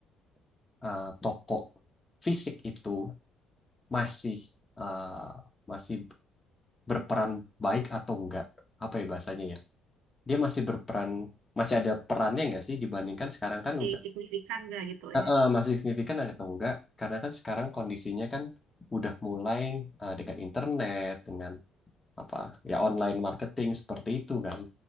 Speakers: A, on the left (about 25°); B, on the right (about 80°).
A: eh, toko fisik itu masih eh, masih berperan baik atau enggak? Apa ya bahasanya ya? dia masih berperan masih ada perannya nggak sih dibandingkan sekarang
B: Masih
A: kan udah
B: signifikan nggak gitu
A: Eh,
B: ya?
A: eh, masih signifikan atau enggak karena kan sekarang kondisinya kan udah mulai eh, dengan internet dengan apa ya online marketing seperti itu kan